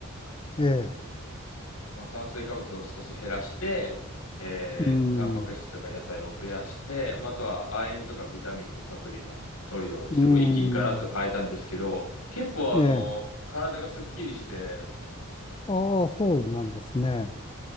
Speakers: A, on the left; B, on the left.
A: ええ。
B: まあ、炭水化物を少し減らして、えー、
A: うん。
B: タンパク質とか野菜を増やして、まあ、あとは亜鉛とかビタミンのサプリも取るようにして、
A: うん。
B: こう、一気にガラッと変えたんですけど、結構あの、
A: ええ。
B: 体がスッキリして、
A: ああ、そうなんですね。